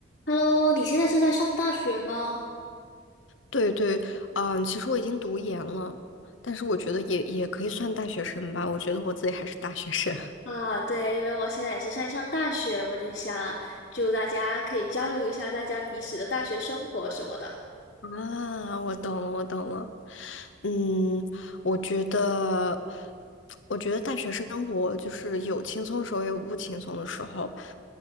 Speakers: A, on the left; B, on the left.
A: Hello，你现在是在上大学吗？
B: 对对，嗯，其实我已经读研了，但是我觉得也也可以算大学生吧，我觉得我自己还是大学生。<laughs>
A: 啊，对，因为我现在也是在上大学，我就想祝大家可以交流一下大家彼此的大学生活什么的。
B: 啊，我懂了，我懂了。嗯，我觉得，我觉得大学生活就是有轻松的时候，也有不轻松的时候。